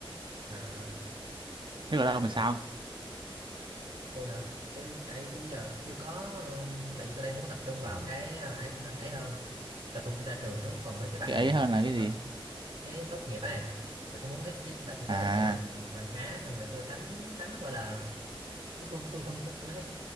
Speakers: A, on the right; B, on the right.
A: à,
B: thế còn
A: thế
B: đâu mình
A: thì
B: sao
A: tôi hả tôi tại tôi bây giờ chưa có ờ, tại vì tôi đang muốn tập trung vào cái ờ, ấy ấy hơn tập trung tôi ra trường trước còn mấy cái bằng
B: cái
A: này
B: ấy
A: tôi
B: hơn là cái
A: tập,
B: gì
A: cái tốt nghiệp ấy thì tôi muốn ít nhất là phải có
B: à
A: cái bằng bằng khá xong rồi để tôi tránh tránh gọi là cái tôi tôi không có- tôi thấy